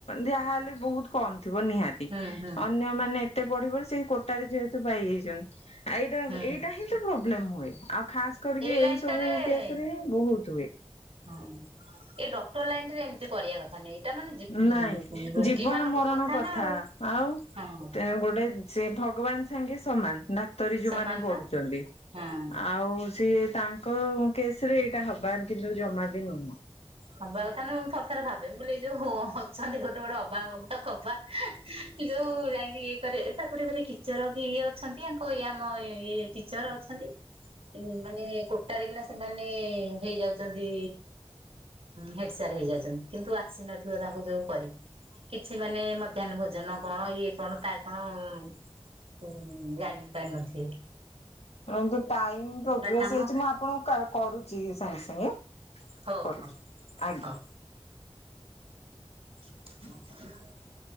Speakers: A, on the left; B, on the right.
A: ଯାହାହେଲେ ବହୁତ କମ୍ ଥିବ ନିହାତି,
B: ହୁଁ ହୁଁ
A: ଅନ୍ୟମାନେ ଏତେ ପଢି ପଢି ସେଇ କୋଟାରେ ଯେହେତୁ ପାଇଯାଇଛନ୍ତି। ଆ ଏଇଟା
B: ହୁଁ
A: ଏଇଟା ହିଁ ତ ପ୍ରୋବ୍ଲେମ ହୁଏ, ଆଉ ଖାସ କରିକି
B: ଲାଇନ
A: ଏଇ ସବୁ
B: ଟାରେ
A: କେସ ରେ ହିଁ ବହୁତ ହୁଏ।
B: ଏଇ ଡକ୍ଟର ଲାଇନ୍ ଟାରେ ଏମିତି କରିବା କଥା ନୁହେଁ। ମାନେ ଜୀ
A: ନାଇଁ
B: ରୋଗୀ
A: ଜୀବନ
B: ମାନଙ୍କ
A: ମରଣ କଥା,
B: ନା ଆଉ
A: ଆଉ
B: ହଁ
A: ଗୋଟେ ସେ ଭଗବାନ ସାଙ୍ଗେ ସମାନ, ଡାକ୍ତରୀ ଯୋଉମାନେ
B: ସମାନ
A: ପଢୁଛନ୍ତି।
B: ପା ହଁ
A: ଆଉ ସିଏ ତାଙ୍କ କେସ ରେ ଏଇଟା ହବା, କିନ୍ତୁ ଜମା ବି ନୁହଁ।
B: ହବା କଥା ନୁହଁ। ମୁଁ ଥର ଥରେ ଭାବେ ମୁଁ କହିଲି ଏ ଯୋଉ ଅଛନ୍ତି, ଗୋଟେ ଗୋଟେ ଅବା ଗବା କବା ଯୋଉ ଯାଇକି ଇଏ କରେ, ତାପରେ ଟିଚର୍ କି ଇଏ ଅଛନ୍ତି। ଆଙ୍କ ଇଏ ଆମ ଇଏ ଟିଚର୍ ଅଛନ୍ତି। ମାନେ କୋଟାରେ କିନା ସେମାନେ ହେଇଯାଉଛନ୍ତି ହେଡ୍ ସାର୍ ହେଇଯାଉଛନ୍ତି, କିନ୍ତୁ ଆସିନଥିବ ତାଙ୍କୁ ଯୋଉ କରି କିଛି ମାନେ ମଧ୍ୟାହ୍ନ ଭୋଜନ କଣ, ଇଏ କଣ, ତା କଣ, ଜାଣି ପାରିନଥିବେ।
A: ଶୁଣନ୍ତୁ ଟାଇମ ପ୍ରୋଗ୍ରେସ
B: କାମ
A: ହେଇଛି, ମୁଁ ଆପଣଙ୍କୁ କରୁଛି ସାଙ୍ଗେ ସାଙ୍ଗେ।
B: ହଉ
A: କରୁଛି
B: ହଉ
A: ଆଜ୍ଞା।
B: ହଉ। <inaudible>